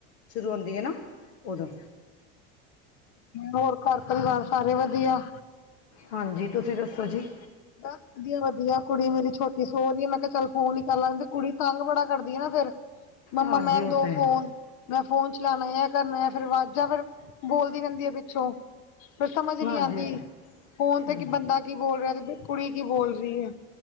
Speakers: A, on the left; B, on the left.
A: ਸ਼ੁਰੂ ਹੁੰਦੀ ਹੈ ਨਾ ਉਦੋਂ
B: ਹੋਰ ਘਰ ਪਰਿਵਾਰ ਸਾਰੇ ਵਧੀਆ
A: ਹਾਂਜੀ ਤੁਸੀਂ ਦੱਸੋ ਜੀ
B: ਬਸ ਵਧੀਆ ਵਧੀਆ ਕੁੜੀ ਮੇਰੀ ਛੋਟੀ ਸੌ ਦੀ ਹੈ ਮੈਂ ਕਿਹਾ ਚੱਲ ਫੋਨ ਹੀ ਕਰ ਲੈਂਦੀ ਕੁੜੀ ਤੰਗ ਬੜਾ ਕਰਦੀ ਆ ਨਾ ਫੇਰ ਮੰਮਾ
A: ਹਾਂਜੀ
B: ਮੈ
A: ਉਹ
B: ਦੋ
A: ਤਾਂ ਹੈ
B: ਫੋਨ ਮੈਂ ਫੋਨ ਚਲਾਉਣਾ ਏ ਕਰਨਾ ਆ ਫੇਰ ਆਵਾਜ਼ਾਂ ਫਿਰ ਬੋਲਦੀ ਰਹਿੰਦੀ ਹੈ ਪਿੱਛੋਂ ਫਿਰ ਸਮਝ ਨਹੀਂ
A: ਹਾਂਜੀ
B: ਆਉਂਦੀ
A: ਉਹ ਤਾਂ
B: ਫੋਨ
A: ਹੈ
B: ਤੇ ਕੀ ਬੰਦਾ ਕੀ ਬੋਲ ਰਿਹਾ ਤੇ ਕੁੜੀ ਕੀ ਬੋਲ ਰਹੀ ਹੈ